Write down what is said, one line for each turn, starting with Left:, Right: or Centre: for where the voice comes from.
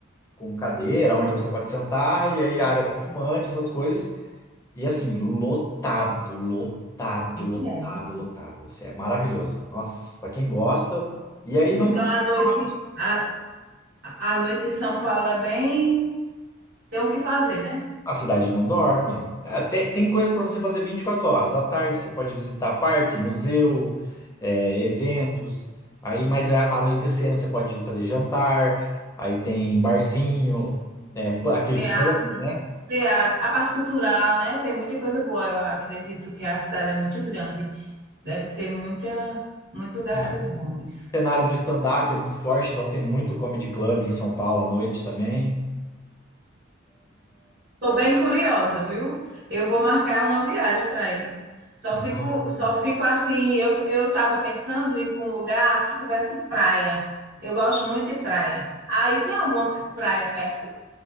Left: Com cadeira, onde você pode sentar, e aí área para fumante, essas coisas. E assim, lotado, lotado,
Right: E
Left: lotado,
Right: é.
Left: lotado. Assim, é maravilhoso. Nossa, Para quem gosta. E aí não
Right: Então,
Left: tem como
Right: a noite,
Left: reclamar.
Right: a, a noite em São Paulo é bem... Tem o que fazer, né?
Left: A cidade não dorme. Ah, tem, tem coisas para você fazer 24 horas. À tarde você pode visitar parque, museu, é, eventos. Aí mais a- anoitecendo você pode fazer jantar. Aí tem barzinho, né, pu- aqueles
Right: Teatro,
Left: pubs, né?
Right: teatro, a parte cultural, né? Tem muita coisa boa. Eu acredito que a cidade é muito grande. Deve ter muita, muitos lugares
Left: Sim.
Right: bons.
Left: O cenário do stand-up é muito forte, então tem muito comedy club em São Paulo à noite também.
Right: Tô bem curiosa, viu? Eu vou marcar uma viagem para ir. Só
Left: Uhum.
Right: fico, só fico assim, eu, eu tava pensando em ir para um lugar que tivesse praia. Eu gosto muito de praia. Aí tem alguma praia perto?